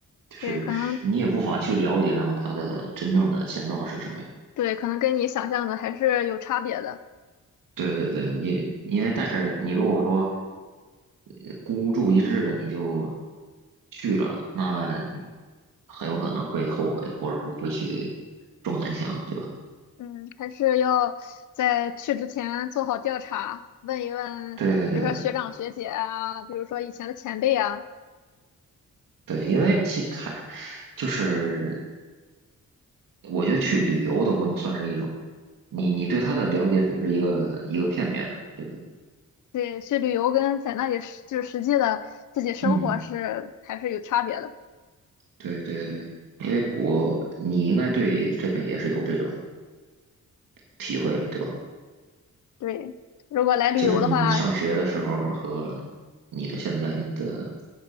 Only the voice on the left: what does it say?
对，可能对，可能跟你想象的还是有差别的。
嗯，还是要在去之前做好调查，问一问，
比如说学长学姐啊，比如说以前的前辈啊，
对，去旅游跟在那里实就是实际的自己生活是还是有差别的。
对，如果来旅游的话，